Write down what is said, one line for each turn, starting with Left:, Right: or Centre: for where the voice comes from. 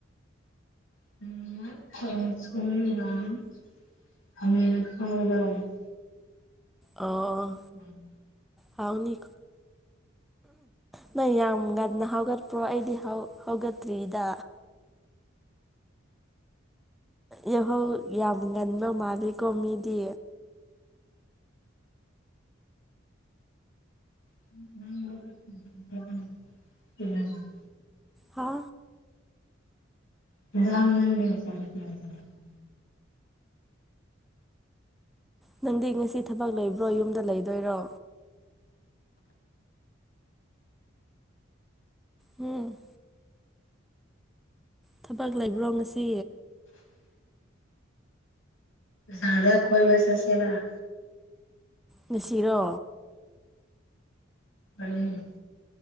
Left: <unintelligible>
Centre: ꯑꯣ
Left: ꯏꯟꯖꯥꯡ
Centre: ꯍꯥꯎꯅꯤ ꯅꯣꯏ ꯌꯥꯝ ꯉꯟꯅ ꯍꯧꯒꯠꯄ꯭ꯔꯣ ꯑꯩꯗꯤ ꯍꯧꯒꯠꯇ꯭ꯔꯤꯗ ꯌꯥꯍꯧ ꯌꯥꯝ ꯉꯟꯕ ꯃꯥꯜꯂꯤꯀꯣ ꯃꯤꯗꯤ
Left: ꯎ
Centre: ꯍꯥ
Left: <unintelligible>
Centre: ꯅꯪꯗꯤ ꯉꯁꯤ ꯊꯕꯛ ꯂꯩꯕ꯭ꯔꯣ ꯌꯨꯝꯗ ꯂꯩꯗꯣꯏꯔꯣ ꯍꯝ ꯊꯕꯛ ꯂꯩꯕ꯭ꯔꯣ ꯉꯁꯤ
Left: ꯁꯥꯔ ꯗ ꯀꯣꯏꯕ ꯆꯠꯁꯦꯕ
Centre: ꯉꯁꯤꯔꯣ
Left: ꯎꯝ